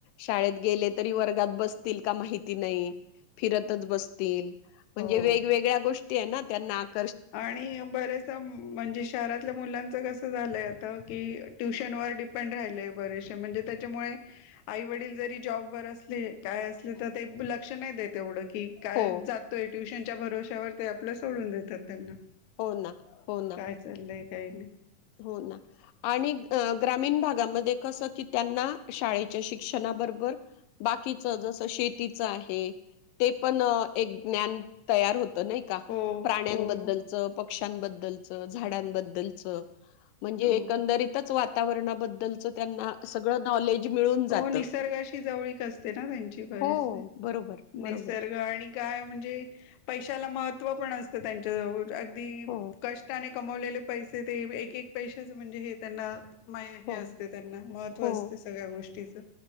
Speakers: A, on the left (about 90°); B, on the left (about 70°).
A: शाळेत गेले तरी वर्गात बसतील का माहिती नाही फिरतच बसतील म्हणजे
B: हो.
A: वेगवेगळ्या गोष्टी आहे ना त्या नाक
B: आणि बरेच म्हणज शहरातल्या मुलांच कस झालंय आता क ट्यशन पण राहिलेय बरेसे म्हणजे त्याच्यामुळे आई वडील जरी जॉबवरर असले काय असले तर ते लक्ष नाही द तेवढं कि काय
A: हो.
B: जातोय ट्युशनच्या भरोश्यावर ते आपल्या सोडून देतात त्यांना
A: हो ना हो ना
B: काय चाललंय काही नाही
A: हो ना आणि ग्रामीण भागामध्ये कसं की त्यांना शाळेच्या शिक्षणाबरोबर बाकीच जस शेतीच आहे ते पण एक ज्ञान तयार होत नाही का
B: हो
A: प्राण्यांबद्दल
B: हो
A: पक्षांबद्दलच झाडांबद्दलचं म्हणजे
B: हो
A: एकंदरीत म्हणजे च वातावरणाबद्दलच त्यांना सगळं नॉलेज मिळून जातं.
B: हो निसर्गाशी जवळीक असते ना त्यांची बरीच
A: हो, बरोबर, बरोबर.
B: निसर्ग आणि काय म्हणजे पैशाला महत्त्व पण असतं त्यांच्याजवळ अगदी
A: हो,
B: कष्टाने कमवलेले पैसे ते एक एक पैशाच म्हणजे हे त्यांना मा हे
A: हो,
B: असते त्यांना महत्त्व
A: हो.
B: असते सगळ्या गोष्टीचं